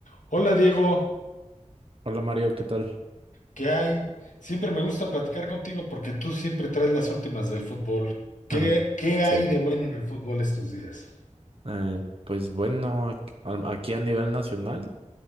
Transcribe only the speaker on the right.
Hola Mario, ¿qué tal?
Ajá,
Sí,
eh, pues bueno, ac- al- aquí a nivel nacional,